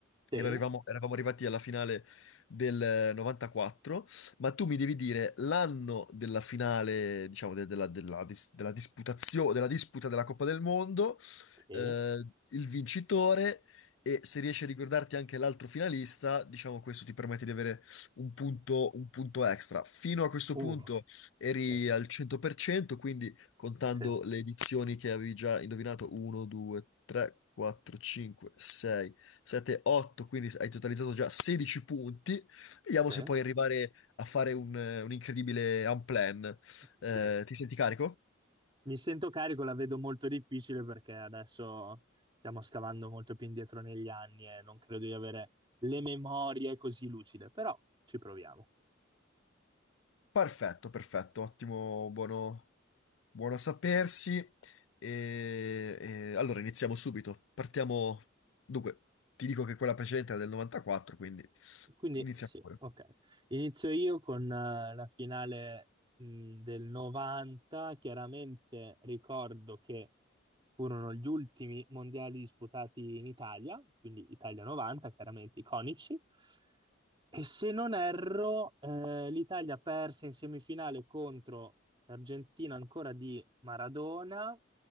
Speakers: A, on the right; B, on the left.
A: sì,
B: Era- arrivamo- Eravamo, arrivati alla finale del 94, ma tu mi devi dire l'anno della finale, diciamo, de- della, della dis- della disputazio- della disputa della Coppa del Mondo
A: che,
B: eh, il vincitore e se riesci a ricordarti anche l'altro finalista, diciamo questo ti permette di avere un punto, un punto extra. Fino a questo
A: uh,
B: punto eri
A: sì,
B: al 100%, quindi contando
A: sì,
B: le edizioni che avevi già indovinato 1, 2, 3, 4, 5, 6, 7, 8, quindi hai totalizzato già 16 punti. Vediamo
A: sì,
B: se puoi arrivare a fare un, un incredibile unplan.
A: sì.
B: Eh, ti senti carico?
A: Mi sento carico, la vedo molto difficile perché adesso stiamo scavando molto più indietro negli anni e non credo di avere le memorie così lucide, però ci proviamo.
B: Perfetto, perfetto, ottimo, buono. Buono a sapersi. E, e- allora iniziamo subito. Partiamo. Dunque, ti dico che quella precedente era del 94, quindi
A: Quindi
B: inizia
A: sì,
B: pure.
A: ok. Inizio io con eh, la finale mh, del 90. Chiaramente ricordo che furono gli ultimi mondiali disputati in Italia, quindi Italia 90, chiaramente iconici. E se non erro, eh, l'Italia perse in semifinale contro l'Argentina ancora di Maradona,